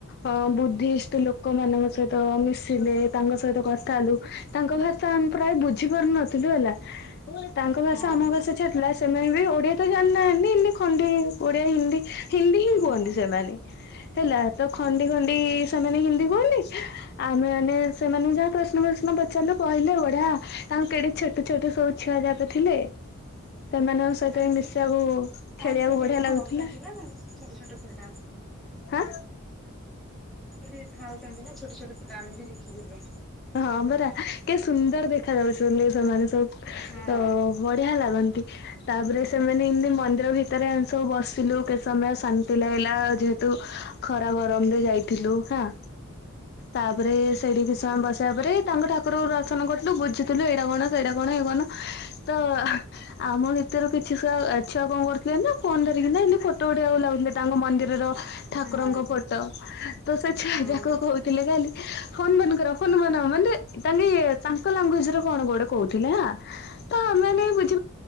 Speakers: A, on the left (about 50°); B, in the centre.
A: ଅ ବୁଦ୍ଧିଷ୍ଟ ଲୋକମାନାନଙ୍କ ସହିତ ତ ମିଶିଲେ ତାଙ୍କ ସହିତ କ ଲୁ ତାଙ୍କ ଭାଷା ଆମେ ପ୍ରାୟ ବୁଝି ପାରୁ ନଥିଲୁ ହେଲା ତାଙ୍କ ଭାଷା
B: ହଁ
A: ଆମ
B: ହଁ
A: ଭା ଛାଡ଼ିଲା ସେମାନେ ବି ଓଡିଆ ତ ଜାଣିନାହାନ୍ତି ଖଣ୍ଡି ଓଡିଆ ହିନ୍ଦୀ ହିନ୍ଦୀ ହିଁ
B: ହଁ
A: କୁହନ୍ତି ସେମାନେ ହେଲା ତ ଖଣ୍ଡି
B: ହଁ
A: ଖଣ୍ଡି ସେମାନେ ହିନ୍ଦୀ କୁହନ୍ତି ଆମେ ମାନେ ସେମାନେ ଯାହା ପ୍ରଶ୍ନ ପ୍ରଶ୍ନ ପଚାରିଲୁ କହିଲେ ବଢଆ ତାଙ୍କୁ କେଡେ ଛୋଟ ଛୋଟ ସବୁ ାତ ଥିଲେ ସେମାନଙ୍କ ସହିତ
B: କାହିଁକି
A: ହି ମିଶିବାକୁ
B: ହଁ
A: ଖେଳିବାକୁ
B: ସେଇଠି
A: ବଢିଆ
B: ଖାଉଛନ୍ତି
A: ଲାଗୁଥିଲା
B: ନା ଛୋଟ ଛୋଟ ପିଲା
A: ହଁ
B: ସେଠି ଥାଉଛନ୍ତି ନା ଛୋଟ ଛୋଟ ପ ଦ ଆାମ ବି ଦେଖିଥିଲୁ
A: ହଁ ମରା କେ ସୁନ୍ଦର ଦେଖା ଯାଉଛି ସେମାନେ ସବୁ
B: ହଁ
A: ତ ବଢିଆ ଲାଗନ୍ତି ତାପରେ ସେମାନେ ଏମତି ମନ୍ଦିର ଭିତରେ ଆମେ ସବୁ ବସିଲୁ କେତେ ସମୟ ଶାନ୍ତି ଲାଗିଲା ଯେହେତୁ ଖରା ଗରମ ରେ ଯାଇଥିଲୁ ହେଁ ତାପରେ ସେଇଠି କିଛିୟ
B: ହଁ
A: ବ ତାପରେ ତାଙ୍କ ଠାରଙ୍କୁ ଦର୍ଶନ କରିଥିଲୁ ବୁଝୁଥିଲୁ ଏଇଟା କଣ ସେଇଟା କଣ ଏଇ କଣ ତ ଆମ ଭିତରୁ କିଛି ଛୁଆ ଛୁଆ କଣ କରୁଥିଲେ ନା ଫୋନ ଧରିକିନା ଏତି ଫଟୋ ଉଡେଇଆକୁ ଲାଗୁଥିଲେ ତାଙ୍କ ମନ୍ଦିରର ଠାକୁରଙ୍କ
B: ହଁ
A: ଫଟୋ ତ ସେ
B: ହଁ
A: ଯାକ କହୁଥିଲେ ଖାଲି ଫୋନ ମନଙ୍କ ମାନେ ତାଙ୍କେ ତାଙ୍କ ଲାଙ୍ଗୁଜ କଣ କୋଟେ କହୁଥିଲେ ତ ମ ବୁଝ